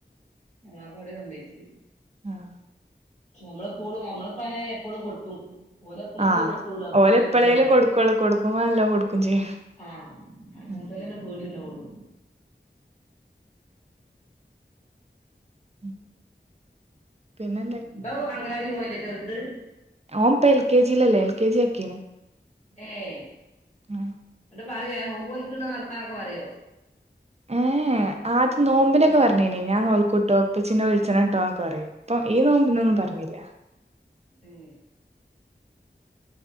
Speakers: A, on the left; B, on the right.
A: ഞാപ്പവടെ കൊണ്ടേയ്ച്ചേ
B: ആഹ്
A: നമ്മളെ പോളും നമ്മളെ പ്പായ എപ്പോളും കൊട്ടും ഓലെ പ്പളെങ്കിലും
B: ആഹ്
A: കൊട്ടൊള്ളു അപ്പോലെ
B: ഓല്
A: ഭയങ്കര
B: എപ്പളേലും
A: പേട്യേക്കാരം.
B: കൊടുക്കുള്ളൂ കൊടുക്കുമ്പോ നല്ലോം കൊടുക്കും ചെയ്യും
A: ആഹ് അങ്ങൻത്തൊലെന്നെ
B: ഉം
A: പേടിണ്ടാവൊള്ളൂ.
B: ഉം പിന്നെ
A: ഇബം അങ്കണവാടി പോവേല്ലേ ചെർത്.
B: ഓന്‍ പ്പ എൽ കെ ജി ല്ലല്ലേ എൽ കെ ജി ആക്കീണ്.
A: ഏഹ്
B: ഉം
A: ങ്ങട്ട് പറ്യോ ഞാ നോമ്പോല്ക്ക്ണ വർത്താനൊക്കെ പറ്യോ.
B: ഏഹ് ആദ്യ നോമ്പ്നൊക്കെ പർഞ്ഞിനി ഞാൻ നോൽക്കുട്ടോ ഇപ്പച്ചിന്നെ വിൾച്ചെണെട്ടോ ന്നൊക്കെ പറിയും. ഇപ്പൊ ഈ നോമ്പ്ന്നൊന്നും പർഞ്ഞില്ല.
A: ഉം